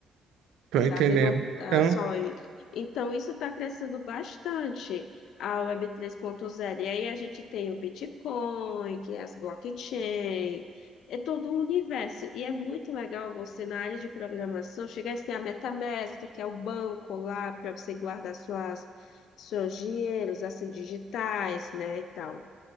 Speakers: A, on the right; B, on the left.
A: tô
B: sabe?
A: entendendo.
B: Não tá
A: Então,
B: só ele. Então, isso está crescendo bastante, a Web três ponto zero E aí a gente tem o Bitcoin, que é as blockchain, é todo o universo. E é muito legal você, na área de programação, chegar e ter a MetaMask, que é o banco lá para você guardar suas, seus dinheiros, assim, digitais, né, e tal.